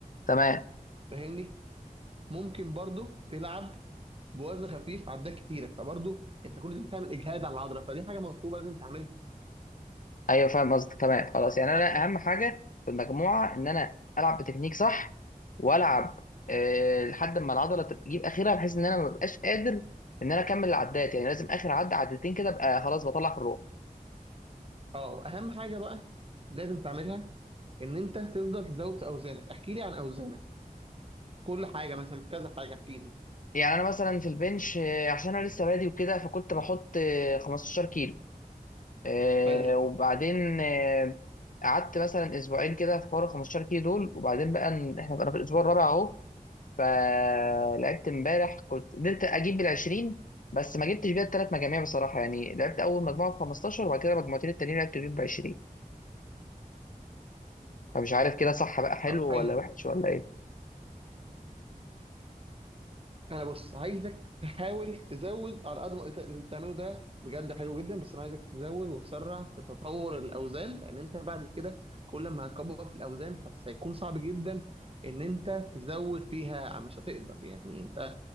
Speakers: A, on the left; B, on the right.
A: تمام
B: فاهمني ممكن برضو تلعب بوزن خفيف عدات كتيره فبرضو انت كل ده بتعمل اجهاد على العضله فدي حاجه مطلوبه لازم تعملها
A: ايوه فاهم قصدك تمام خلاص يعني انا اهم حاجه في المجموعه ان انا العب بتكنيك صح والعب أه لحد ما العضله تبقى- تجيب اخرها بحيث ان انا ما ببقاش قادر ان انا اكمل العدات يعني لازم اخر عد عدتين كده ابقى خلاص بطلع في الروح
B: اه واهم حاجه بقى لازم تعملها ان انت تفضل تزود في اوزانك احكي لي عن اوزانك كل حاجه مثلا كذا حاجه احكي لي
A: يعني انا مثلا في البنش آه، عشان انا لسه بادي وكده فكنت بحط آه، 15 كيلو أه
B: حلو
A: وبعدين آه، قعدت مثلا اسبوعين كده في حوار ال 15 كيلو دول وبعدين بقى إن- احنا بقى في الاسبوع الرابع اهو فلعبت امبارح كنت قدرت اجيب بالعشرين بس ما جبتش بيها الثلاث مجاميع بصراحه يعني لعبت اول مجموعه ب 15 وبعد كده مجموعتين التانيين لعبت بيهم ب 20 فمش عارف كده صح بقى حلو
B: طب حلو
A: ولا وحش ولا ايه
B: انا بص عايزك تحاول تزود على قد ما انت اللي بتعمله ده بجد حلو جدا بس انا عايزك تزود وتسرع في تطور الاوزان لان انت بعد كده كل ما هتكبر في الاوزان بس هيكون صعب جدا ان انت تزود فيها مش هتقدر يعني انت